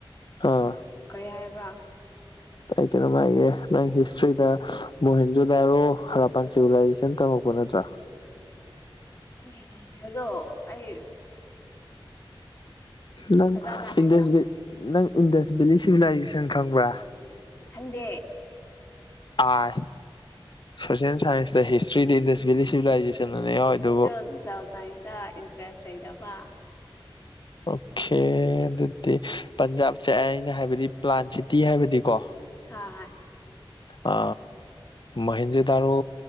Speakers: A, on the left; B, on the left.
A: ꯑꯥ
B: ꯀꯔꯤ ꯍꯥꯏꯕ꯭ꯔꯥ
A: ꯑꯩ ꯀꯩꯅꯣ ꯃꯥ ꯍꯥꯢꯒꯦ ꯅꯪ ꯍꯤꯁꯇꯔꯤꯗ ꯃꯣꯍꯦꯟꯖꯨꯗꯔꯣ ꯍꯔꯄꯥꯟ ꯁꯤꯚꯂꯥꯏꯖꯦꯁꯟ ꯇꯝꯃꯛꯄ ꯅꯠꯇ꯭ꯔꯥ
B: ꯅꯪꯒꯤ ꯀꯣꯟꯖꯦꯟꯗꯣ ꯑꯩ
A: ꯅꯪ
B: ꯐꯖꯅ ꯍꯥꯏꯌꯣ
A: ꯏꯟꯗꯤꯁ ꯅꯪ ꯏꯟꯗꯁ ꯚꯦꯂꯤ ꯁꯤꯚꯤꯂꯥꯏꯖꯦꯁꯟ ꯈꯪꯕ꯭ꯔꯥ
B: ꯈꯪꯗꯦ
A: ꯑꯥꯏ ꯁꯣꯁꯦꯜ ꯁꯥꯏꯟꯁꯇ ꯍꯤꯁꯇ꯭ꯔꯤꯗꯤ ꯏꯟꯗꯁꯚꯦꯂꯤ ꯁꯤꯚꯤꯂꯥꯏꯖꯦꯁꯟ ꯌꯥꯎꯔꯤꯗꯨꯕꯨ
B: ꯁꯣꯁꯦꯟ ꯁꯥꯢꯟꯁ ꯇ ꯏꯟꯇꯔꯦꯁ ꯂꯩꯇꯕ
A: ꯑꯣꯀꯦ ꯑꯗꯨꯗꯤ ꯄꯟꯖꯥꯞ ꯁꯦ ꯑꯩꯅ ꯍꯥꯏꯕꯗꯤ ꯄ꯭ꯂꯥꯟ ꯁꯤꯇꯤ ꯍꯥꯏꯕꯅꯤꯀꯣ
B: ꯍꯣꯢ ꯍꯣꯢ
A: ꯑ ꯃꯍꯦꯖꯦꯗꯔꯣ